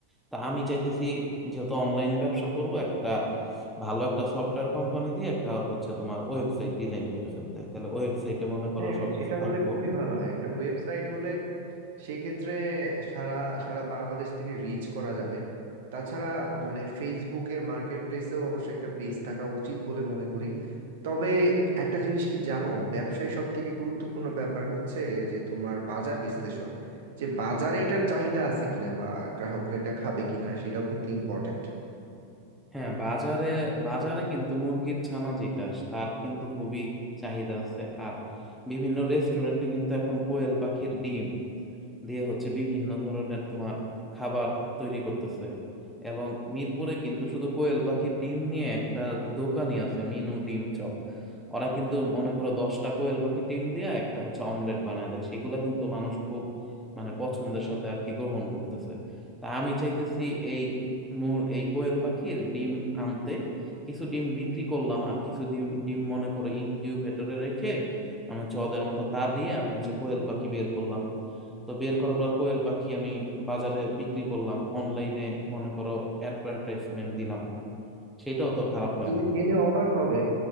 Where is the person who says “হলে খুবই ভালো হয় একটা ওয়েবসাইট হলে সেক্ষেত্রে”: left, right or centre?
Right